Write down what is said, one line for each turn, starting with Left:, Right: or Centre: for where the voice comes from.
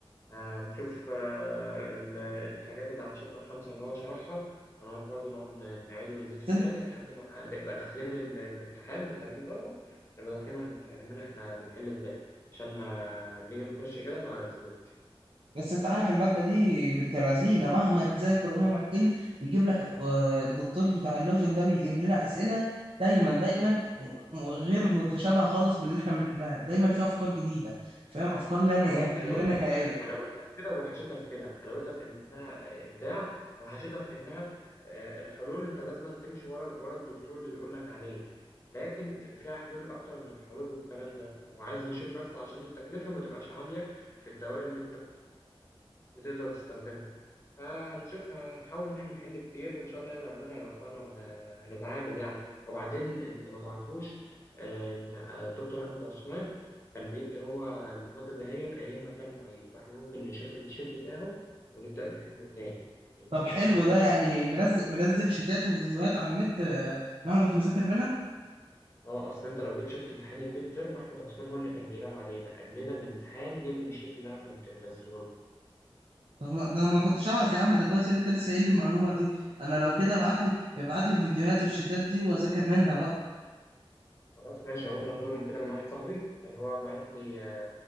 Left: هنشوف آه، ال- الحاجات اللي على شابتر خمسة اللي هو شرحها هنقعد برضه نقعد ن- نعيد ونزيد فيه
Right: بس انت
Left: تاني لحد ما نبقى داخلين ال- الامتحان بتاع يوم الأربع نبقى داخلين واحنا فاهمين احنا بنحل ازاي عشان ما نيجي نخش كده ما نتصدمش
Right: بس انت عارف الماده دي بنت لذينه مهما تذاكر ومهما تحل بيجيب لك آه، الدكتور بتاع اللوجيك ده بيجيب لنا اسئله دايما دايما م- غير متشابهه خالص باللي احنا بنحلها دايما فيها افكار جديده فاهم افكار لا نهائيه
Left: ما هي حلاوتها
Right: لا نهائيه
Left: في كده حلاوتها في كده وحشتها في كده حلاوتها في انها ابداع وحشتها في انها آه، الحلول انت لازم تمشي ورا ورا الدكتور اللي بيقول لك عليه لكن في- فيها حلول اكتر من حلول والكلام ده هو عايز يشوف بس عشان التكلفة ما تبقاش عالية في الدوائر اللي انت بتقدر تستخدمه آه هنشوفها هنحاول إن إحنا نحل كتير وإن شاء الله يعني ربنا يوفقنا وهنتعامل يعني وبعدين أنت ما تعرفوش آه، إن آه، الدكتور أحمد عثمان كان بيدي هو المادة دهيت أيام ما كان معيد فإحنا ممكن نشوف الشيت بتاعه ونبدأ نحله تاني يمكن
Right: طب حلو
Left: يكون فيه أفكار
Right: ده يعني منزل منزل شيتات وفيديوهات على النت آه، نعرف نذاكر منها
Left: اه اصل انت لو جيت شفت امتحان الميد ترم احمد عثمان هو اللي كان بيراقب علينا قال لنا الامتحان جاي من الشيت اللي انا كنت منزله له
Right: طب ما- ده ما كنتش اعرف يا عم ده كويس اللي انت لسه قايل لي المعلومه دي انا لو كده ابعت لي ابعت لي الفيديوهات والشيتات دي واذاكر منها بقى
Left: خلاص ماشي انا ممكن اخده من كده من واحد صاحبي كان هو باعت لي